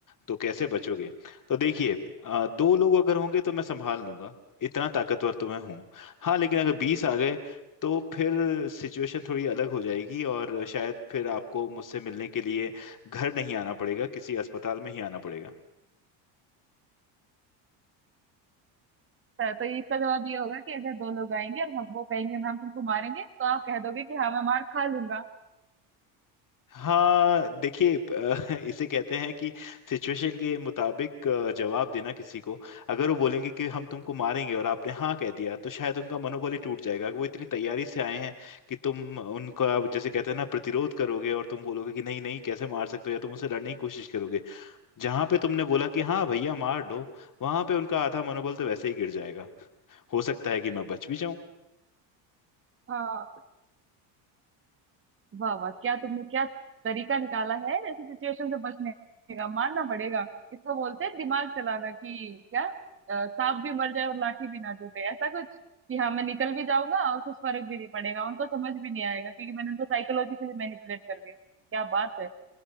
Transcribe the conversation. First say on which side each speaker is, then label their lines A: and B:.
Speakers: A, on the left; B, on the right.
A: तो कैसे बचोगे तो देखिए अ, दो लोग अगर होंगे तो मैं संभाल लूंगा इतना ताकतवर तो मैं हूँ हाँ लेकिन अगर बीस आ गए तो फिर सिचुएशन थोड़ी अलग हो जाएगी और शायद फिर आपको मुझसे मिलने के लिए घर नहीं आना पड़ेगा किसी अस्पताल में ही आना पड़ेगा
B: तो तो इसका जवाब ये होगा कि अगर दो लोग आएंगे और हम वो कहेंगे हम तुमको मारेंगे तो आप कह दोगे कि हाँ मैं मार खा लूंगा
A: हाँ देखिए अ, <laughs> इसे कहते हैं कि सिचुएशन के मुताबिक अ, जवाब देना किसी को अगर वो बोलेंगे कि हम तुमको मारेंगे और आपने हाँ कह दिया तो शायद उनका मनोबल ही टूट जाएगा वो इतनी तैयारी से आए हैं कि तुम उनका जैसे कहते हैं ना प्रतिरोध करोगे और तुम बोलोगे कि नहीं नहीं कैसे मार सकते हो या तुम उनसे लड़ने की कोशिश करोगे जहां पे तुमने बोला कि हाँ भैया मार लो वहां पे उनका आधा मनोबल तो वैसे ही गिर जाएगा हो सकता है कि मैं बच भी जाऊं
B: हाँ वाह वाह क्या तुमने क्या तरीका निकाला है ऐसे सिचुएशन से बचने का मानना पड़ेगा इसको बोलते हैं दिमाग चलाना कि क्या अ, सांप भी मर जाए और लाठी भी ना टूटे ऐसा कुछ कि हाँ मैं निकल भी जाऊंगा और कुछ फर्क भी नहीं पड़ेगा उनको समझ भी नहीं आएगा क्योंकि मैंने उनको साइकोलॉजिकली मैनिपुलेट कर दिया क्या बात है